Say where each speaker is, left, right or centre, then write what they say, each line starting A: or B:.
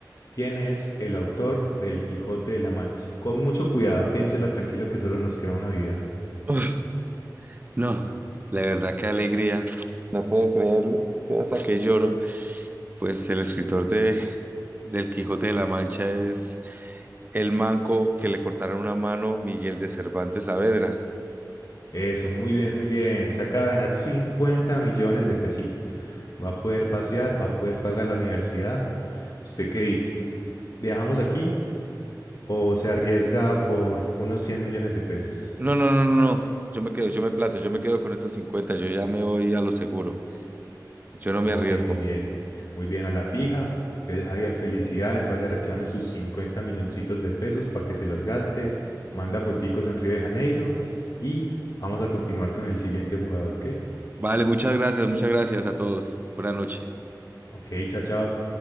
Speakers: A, on the left (about 55°); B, on the right (about 25°).
A: ¿Quién es el autor del Quijote de la Mancha? Con mucho cuidado, piénsela tranquilo que solo nos queda una vida.
B: Uf, no, la verdad, qué alegría. No puedo creerlo. Estoy Hasta que lloro. Pues el escritor de del Quijote de la Mancha es el manco que le cortaron una mano, Miguel de Cervantes Saavedra.
A: Eso, muy bien, muy bien. Se acaba de ganar 50 millones de pesitos. Va a poder pasear, va a poder pagar la universidad. ¿Usted qué dice? ¿Dejamos aquí o se arriesga por unos 100 millones de pesos?
B: No, no, no, no, no. Yo me quedo, yo me planto, yo me quedo con estos 50. yo ya me voy a lo seguro. Yo no
A: Ok,
B: me arriesgo.
A: muy bien. Muy bien a la fija. Entonces, Javier, felicidades. Vaya, reclame sus 50 milloncitos de pesos para que se los gaste. Manda foticos en Río de Janeiro y vamos a continuar con el siguiente jugador, ¿ok?
B: Vale, muchas gracias, muchas gracias a todos. Buenas noches.
A: Ok, chao, chao.